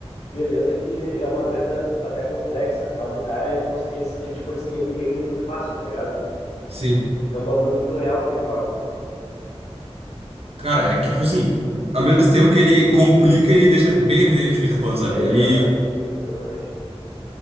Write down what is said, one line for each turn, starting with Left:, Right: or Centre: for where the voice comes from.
Left: beleza que é umas letras até complexa, mas o cara, ele, cons- ele, sa- ele, tipo assim, ele entende muito fácil, tá ligado?
Right: Sim.
Left: É um bagulho muito real que ele fala.
Right: Cara, é que, tipo assim, ao mesmo tempo que ele complica, ele deixa bem evidente o que ele tá falando, sabe?
Left: É,
Right: Ele.
Left: exatamente. Exatamente.